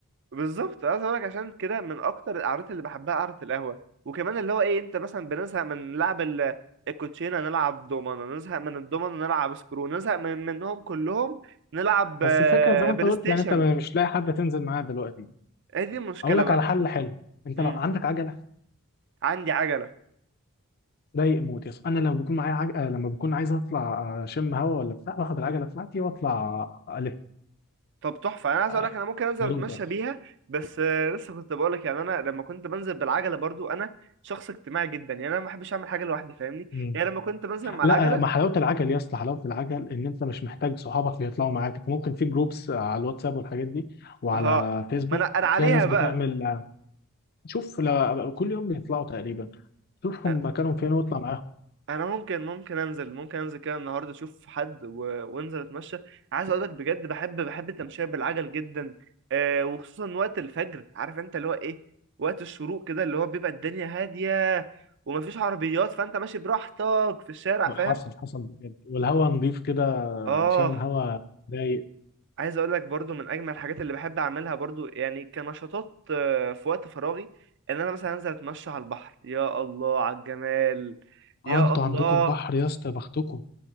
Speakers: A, on the right; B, on the left.
A: بالظبط عايز اقول لك عشان كده من اكتر القعدات اللي بحبها قعده القهوه وكمان اللي هو ايه انت مثلا بنزهق من لعب ال- الكوتشينه نلعب دومنه نزهق من الدومنه نلعب سكرو نزهق من منهم كلهم نلعب
B: بس
A: آه،
B: الفكره زي ما
A: بلاي
B: انت قلت
A: ستيشن
B: يعني انت مش لاقي حد تنزل معاه دلوقتي
A: هي دي المشكله
B: اقول لك
A: بقى
B: على حل حلو انت
A: امم
B: لو عندك عجله
A: عندي عجله
B: ضايق موت يس انا لما بكون معايا عج... آه، لما بكون عايز اطلع آه، اشم هوا ولا بتاع باخد العجله بتاعتي واطلع آه، الف
A: طب تحفة أنا عايز
B: آه،
A: أقول لك أنا ممكن أنزل
B: بدوق
A: أتمشى
B: بقى
A: بيها بس آه، لسه كنت بقول لك يعني أنا لما كنت بنزل بالعجلة برضو أنا شخص اجتماعي جدا يعني أنا ما بحبش أعمل حاجة لوحدي فاهمني
B: مم.
A: يعني لما كنت بنزل مع
B: لا
A: العجلة
B: آه، ما حلاوه العجل يا اسطى حلاوه العجل ان انت مش محتاج صحابك اللي يطلعوا معاك انت ممكن في جروبس على الواتساب والحاجات دي وعلى
A: أه
B: فيسبوك
A: ما أنا أنا عليها
B: فيها ناس بتعمل
A: بقى
B: آه، شوف لا- كل يوم بيطلعوا تقريبا شوفهم
A: أ-
B: مكانهم فين واطلع معاهم
A: أنا ممكن ممكن أنزل ممكن أنزل كده النهاردة أشوف حد و... وأنزل أتمشى عايز أقول لك بجد بحب بحب التمشية بالعجل جدا أه وخصوصا وقت الفجر عارف أنت اللي هو إيه وقت الشروق كده اللي هو بيبقى الدنيا هادية ومفيش عربيات فأنت ماشي براحتك في الشارع فاهم
B: حصل حصل بجد والهوا نضيف كده
A: اه
B: شامم هوا رايق
A: عايز اقول لك برضو من اجمل الحاجات اللي بحب اعملها برضو يعني كنشاطات آه، في وقت فراغي ان انا مثلا انزل اتمشى على البحر يا الله على الجمال يا
B: اه انتوا
A: الله
B: عندكم البحر يا اسطى بختكم